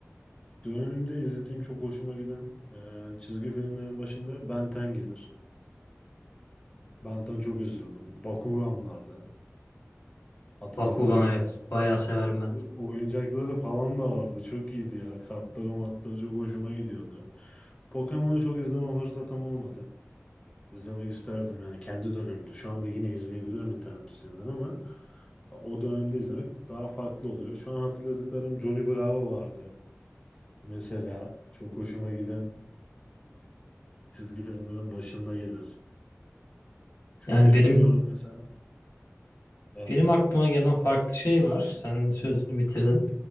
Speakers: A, on the left; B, on the left.
A: Dönemimde izlediğim çok hoşuma giden e, çizgi filmlerin başında Ben 10 gelir. Ben 10 çok izliyordum. Bakugan vardı. Hatırladığım
B: Bakugan evet. Bayağı severim ben
A: o-
B: de.
A: oyuncakları falan da vardı. Çok iyiydi ya. Kartları martları çok hoşuma gidiyordu. Pokemon'u çok izleme fırsatım olmadı. İzlemek isterdim yani kendi dönemimde. Şu anda yine izleyebilirim internet üzerinden ama o dönemde izlemek daha farklı oluyor. Şu an hatırladıklarım Johnny Bravo vardı. Mesela çok hoşuma giden çizgi filmlerin başında gelir. Şu
B: Yani
A: an düşünüyorum
B: benim
A: mesela. Ee,
B: benim aklıma gelen farklı şey var. Sen sözünü bitirdin.